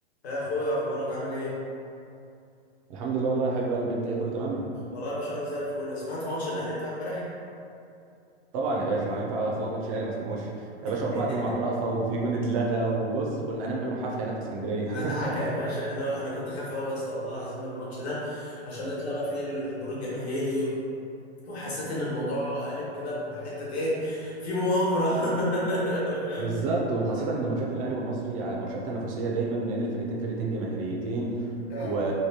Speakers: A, on the left; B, on the right.
A: يا اخويا اخبارك عامل ايه
B: الحمد لله والله يا حبيب قلبي انت ايه كله تمام
A: والله يا باشا انا زي الفل سمعت ماتش الاهلي بتاع امبارح
B: طبعا يا باشا ما ينفع افوت ماتش الاهلي ما اسمعوش
A: <laughs>
B: يا باشا 4 2 مع الرأفة وفي جون اتلغى وبص كنا هنعمل لهم حفله هناك في اسكندريه
A: مدعكه
B: <laughs>
A: يا باشا انا انا كنت خايف قوي يا اسطى والله العظيم من الماتش ده عشان اتلغى فيه الحضور الجماهيري وحسيت ان الموضوع قلب كده بحته ايه في مؤامره <laughs> فاهم
B: بالظبط وخاصه
A: آه،
B: ان ماتشات الاهلي والمصري ع- ماتشات تنافسيه دايما لان الفرقتين فرقتين جماهيريتين
A: آه.
B: و...